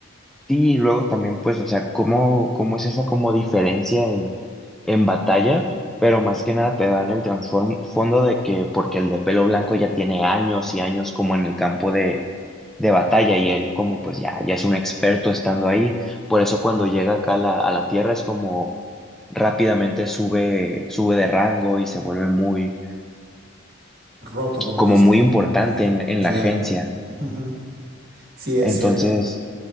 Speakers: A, in the centre; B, on the right.
A: Sí, y luego también, pues, o sea, cómo, cómo es esa como diferencia en, en batalla, pero más que nada te dan el transform fondo de que, porque el de pelo blanco ya tiene años y años como en el campo de, de batalla, y él como pues ya, ya es un experto estando ahí. Por eso cuando llega acá a la, a la tierra es como rápidamente sube, sube de rango y se vuelve muy,
B: Roto, como
A: como
B: le dicen.
A: muy importante
B: Eh,
A: en, en
B: Claro.
A: la agencia.
B: <laughs> Sí, es
A: Entonces.
B: cierto.